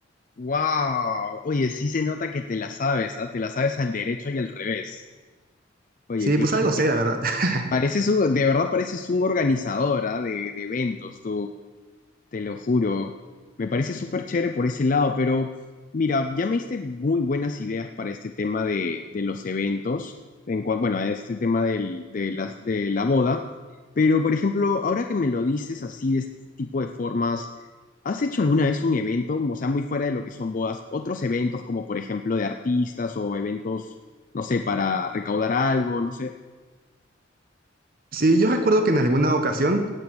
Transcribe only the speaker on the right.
Sí,
pues
algo
sé, la verdad. <laughs>
Sí, yo recuerdo que en alguna ocasión